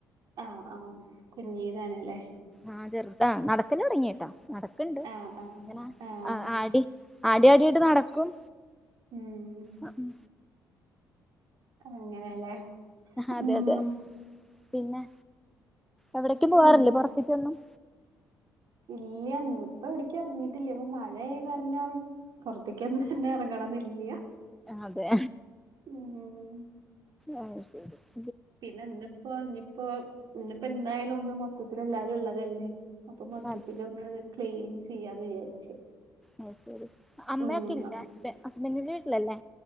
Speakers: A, on the right (about 65°); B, in the centre.
A: ആഹ് ആഹ് കുഞ്ഞീതാണ്ലെ
B: ആഹ് ചെറ്താ നടക്കല് തൊടങ്ങിട്ടാ നടക്ക്ണ്ട് അങ്ങനെ
A: ആഹ് ആഹ് ആഹ്
B: ആടി ആടി ആടിയിട്ട് നടക്കും
A: ഉം
B: അഹ് ഉം
A: അങ്ങനെല്ലേ
B: അതെ
A: ഉം
B: അതെ അതെ പിന്നെ എവിടേക്കും
A: പിന്നെ
B: പോവാറില്ലേ പൊറത്ത്ക്കൊന്നും
A: ഇല്യ ഇപ്പ എവിട്ക്കു എറങ്ങിട്ടില്ല ഇപ്പ മഴ ആയ കാര്ണം പൊറത്തേക്ക് എന്ന് തന്നെ എറങ്ങെണന്നില്ല്യ
B: അതെ
A: ഉം
B: ആത് <unintelligible> ശരി <unintelligible>
A: പിന്നെ ഇന്നിപ്പോ ഇഞ്ഞിപ്പോ ഇന്ന് ഇപ്പ എന്തായാലും ഒന്ന് മൊത്തത്തില് എല്ലാരും ഒള്ളതെല്ലേ അപ്പൊ മൊത്തത്തില്
B: അത്
A: ഒന്ന് ക്ലീനിങ് ചെയ്യാന്ന് വിചാരിച്ച്
B: അത് ശരി. അമ്മേക്കില്ലേ
A: ഉം അപ്പൊ
B: <unintelligible> ഹസ്ബന്റിന്റെ വീട്ടിലല്ലേ